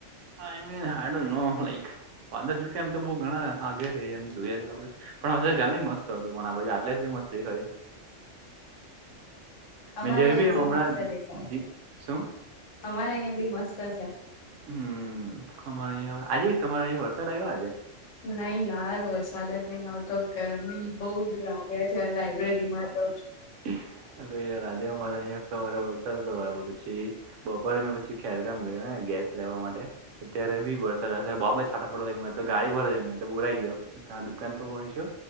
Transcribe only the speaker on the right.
આઈ મીન હાડો નો લઈક. વાદળ જોકે એમ તો બઉ ઘણા આઘે રેય એમ જોઈએ આપડે પણ હશે ચાલની મસ્ત હતુ પણ આ બાજુ આટલેથી. મસ્ત દેખાયુ. મે
જ્યારે
ભી
હમણાં
ડી
શું?
હમ્મ અમારે અહીંયા આજે તમારે અહીં વરસાદ આયવો આજે.
અરે યાર આજે અમારે અહંયા સવારે વરસાદ <unintelligible> પછી બપોરે મેં પછી ખેરગામ ગયા ગેસ લેવા માટે અત્યારે બી વરસાદ બઆબ છાટા પડવા લાયગા મે તો ગાડી પરજ બોરાઈ ગયો તા દુકાન પર પહોંચ્યો